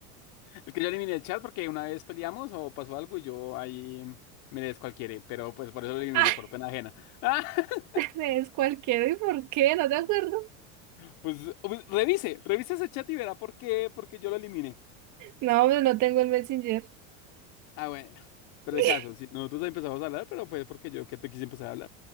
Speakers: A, on the left (about 55°); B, on the right (about 40°).
A: Es que yo eliminé el chat porque una vez peleamos o pasó algo y yo ahí me descualquiera, pero pues por eso lo eliminé,
B: Ah,
A: por pena ajena. <laughs>
B: es cualquiera. ¿Y por qué? ¿No te acuerdo?
A: Ah, pues, pues, revise, revise ese chat y verá por qué, por qué yo lo eliminé.
B: No, pues no tengo el Messenger.
A: Ah, bueno. Pero
B: <laughs>
A: el caso, si nosotros empezamos a hablar, pero fue porque yo que te quise empezar a hablar.